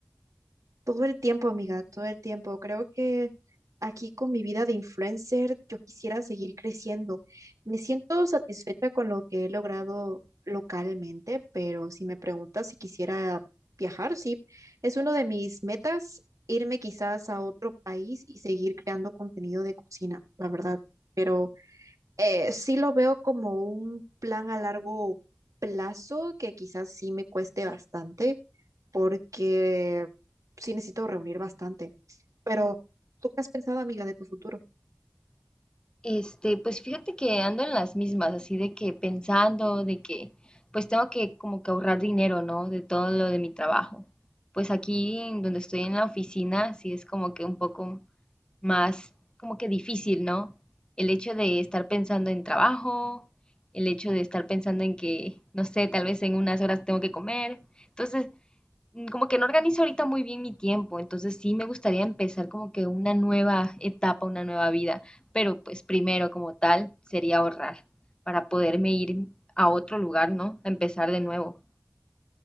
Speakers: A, on the right; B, on the left.
A: Todo el tiempo, amiga, todo el tiempo. Creo que aquí con mi vida de influencer yo quisiera seguir creciendo. Me siento satisfecha con lo que he logrado localmente, pero si me preguntas si quisiera viajar, sí, es uno de mis metas irme quizás a otro país y seguir creando contenido de cocina, la verdad. Pero eh, sí lo veo como un plan a largo plazo que quizás sí me cueste bastante porque sí necesito reunir bastante. Pero, ¿tú qué has pensado, amiga, de tu futuro?
B: Este, pues fíjate que ando en las mismas, así de que pensando, de que pues tengo que como que ahorrar dinero, ¿no? De todo lo de mi trabajo. Pues aquí en donde estoy en la oficina, sí es como que un poco más, como que difícil, ¿no? El hecho de estar pensando en trabajo, el hecho de estar pensando en que, no sé, tal vez en unas horas tengo que comer. Entonces, mm, como que no organizo ahorita muy bien mi tiempo, entonces sí me gustaría empezar como que una nueva etapa, una nueva vida, pero pues primero como tal sería ahorrar para poderme ir a otro lugar, ¿no? A empezar de nuevo.